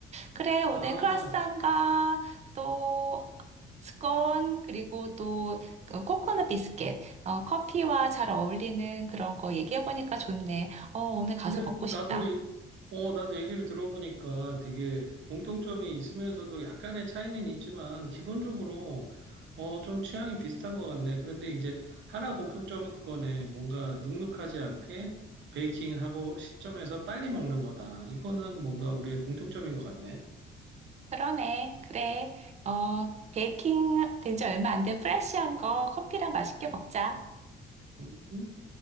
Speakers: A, on the right; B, on the right.
A: 그래, 오늘
B: 아.
A: 크라상과 또 스콘 그리고 또그 코코넛 비스켓, 어, 커피와 잘 어울리는 그런 거 얘기해보니까 좋네. 어, 오늘 가서
B: 근데
A: 먹고 싶다.
B: 나도, 이- 어, 나도 얘기를 들어보니까 되게 공통점이 있으면서도 약간의 차이는 있지만, 기본적으로, 어, 좀 취향이 비슷한 것 같네. 그런데 이제 하나 공통점은 그거네. 뭔가 눅눅하지 않게 베이킹하고 시점에서 빨리 먹는 거다. 이거는 뭔가 우리의 공통점인 것 같네.
A: 그러네. 그래. 어, 베이킹 된지 얼마 안 된 프레쉬한 거 커피랑 맛있게 먹자.
B: 음.